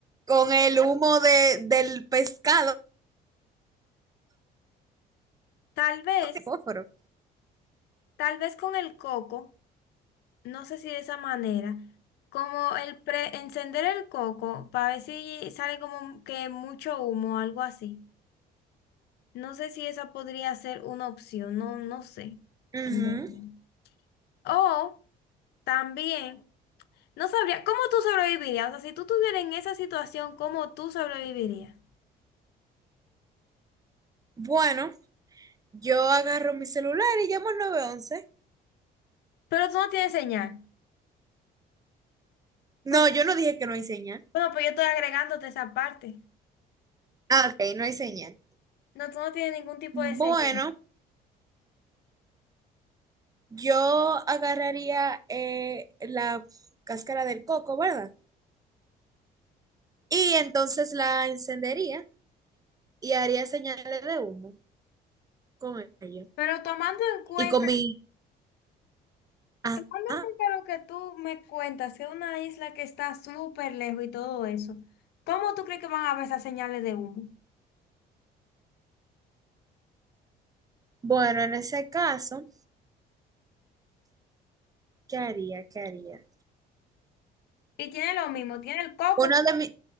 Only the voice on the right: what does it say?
con el humo de, del pescado,
de fósforo.
Ujú.
Bueno, yo agarro mi celular y llamo al nueve once
No,
yo no dije que no hay señal.
Ah, ok, no hay señal.
Bueno,
yo agarraría eh, la cáscara del coco, ¿verdad? Y entonces la encendería y haría señales de humo con ello.
Y con mi ajá
bueno, en ese caso, ¿qué haría? ¿Qué haría?
Uno de mis...